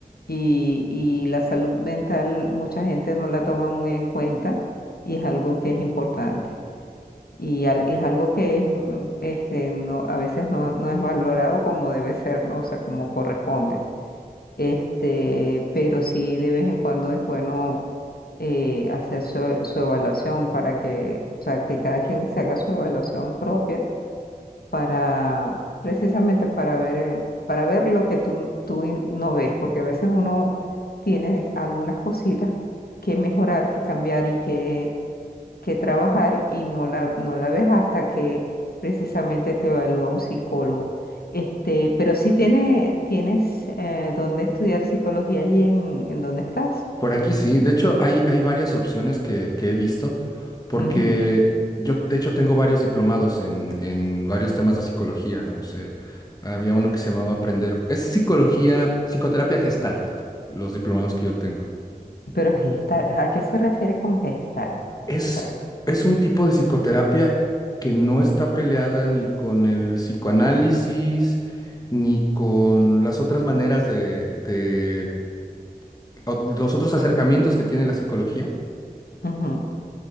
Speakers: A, on the left (about 80°); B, on the left (about 25°).
A: Y, y la salud mental mucha gente no la toma muy en cuenta y es algo que es importante. Y al- y es algo que es, mm, este, no, a veces no, no es valorado como debe ser, ¿no? O sea, como corresponde. Este, pero sí de vez en cuando es bueno eh, hacer su, su evaluación para que, o sea, que cada quien se haga su evaluación propia para, precisamente para ver, eh, para ver lo que tú, tú in- no ves, porque a veces uno tiene algunas cositas que mejorar, que cambiar y que que trabajar y no la, no la ves hasta que precisamente se evalúa un psicólogo. Este, pero sí tiene, tienes eh, dónde estudiar psicología allí en, en donde estás.
B: Por aquí sí, de hecho hay, hay varias opciones que, que he visto, porque
A: Ujú.
B: yo de hecho tengo varios diplomados en, en varios temas de psicología, no sé, había uno que se llamaba Aprender, es psicología, psicoterapia gestalt, los diplomados que yo tengo.
A: Pero gestar, ¿a qué se refiere con gestar?
B: Es,
A: O sea,
B: es un tipo de psicoterapia que no está peleada ni con el psicoanálisis, ni con las otras maneras de, de o- los otros acercamientos que tiene la psicología
A: ujú,